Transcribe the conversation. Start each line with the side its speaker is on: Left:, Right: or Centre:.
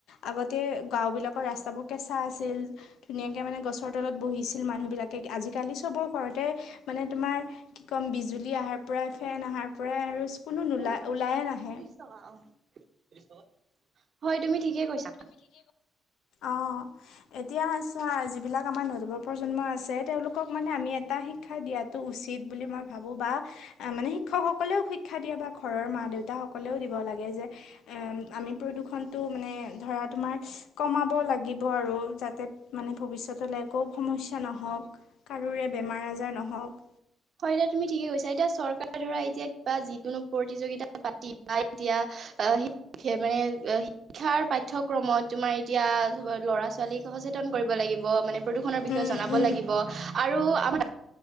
Left: আগতে গাও বিলাকৰ ৰাস্তাবোৰ কেঁচা আছিল ধুনীয়াকে মানে গছৰ তলত বহিছিল মানুহ। মানহ বিলাকে আজিকালি চবৰ ঘৰতে মানে তোমাৰ কি কম বিজুলী অহাৰ পৰা ফেন অহাৰ পৰাই আৰু কোনো
Right: ইতো
Left: নোলা
Right: তিৰিছ
Left: ওলায়ে নাহে।
Right: টকা অহ, টিৰিছ টকা হয় তুমি ঠিকে কৈছা।
Left: অ' এতিয়া আ চোৱা যিবিলাক আমাৰ নৱ প্ৰজন্ম আছে তেওঁলোকক মানে আমি এটা শিক্ষা দিয়াতো উচিত বুলি মই ভাবো বা মানে শিক্ষকসকলেও শিক্ষা দিয়ে বা ঘৰৰ মা দেউতা সকলেও দিব। লাগে যে আমি প্ৰদূষণটো মানে ধৰা তোমাৰ কমাব লাগিব আৰু যাতে মানে ভৱিষ্যতলে একো সমস্যা নহওক। কাৰোৰে বেমাৰ আজাৰ নহওক।
Right: হয় এতিয়া তুমি ঠিকে কৈছা এতিয়া চৰকাৰে ধৰা এতিয়া কিবা যিকোনো প্ৰতিযোগিতা পাতি বা এতিয়া আ সি একেবাৰে শিক্ষাৰ পাঠ্যক্ৰমত তোমাৰ এতিয়া ল'ৰা ছোৱালীক সচেতন কৰিব লা গিব মানে প্ৰদূষণৰ বিষয়ে
Left: উম
Right: জনাব লাগিব আৰু আমাৰ